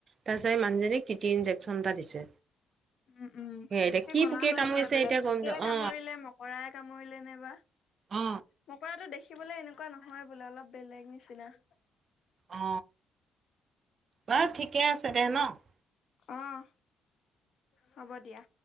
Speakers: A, on the right; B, on the left.
A: তাৰ পিছত মানুহজনীক টিটি ইনজেকচন এটা দিছে।
B: উম উম
A: সেয়া এতিয়া
B: সেই
A: কি
B: কলা
A: পোকে
B: হৈ
A: কামুৰিছে
B: জাই বোলে
A: এতিয়া
B: পুকে
A: গম
B: কামুৰিলে
A: অ
B: মকৰাই কামুৰিলে নাইবা।
A: অ
B: মকৰাটো দেখি। দেখিবলৈ এনেকুৱা নহয় বোলে অলপ বেলেগ নিচিনা।
A: অ বাৰু ঠিকে আছে দে নহ।
B: অহ হব দিয়া।